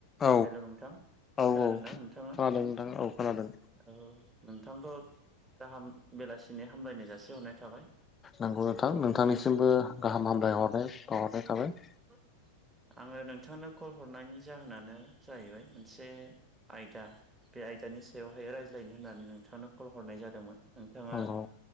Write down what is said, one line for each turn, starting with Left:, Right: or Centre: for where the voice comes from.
Left: औ
Right: हेल' नोंथां
Left: औ
Right: खोनादों ना नोंथाङा
Left: खोनादों नोंथां
Right: औ
Left: खोनादों
Right: नोंथांखौ गाहाम बेलासिनि हामलायनाय जासि हरनाय थाबाय
Left: नंगौ नोंथां नोंथांनिसिमबो गाहाम हामलायहरनाय बावहरनाय थाबाय
Right: <inaudible> आङो नोंथांनो कल हरनायनि जाहोनानो जाहैबाय मोनसे आयदा बे आयदानि सायावहाय रायज्लायनो होननानै नोंथांनो कल हरनाय जादोंमोन नोंथाङा
Left: नंगौ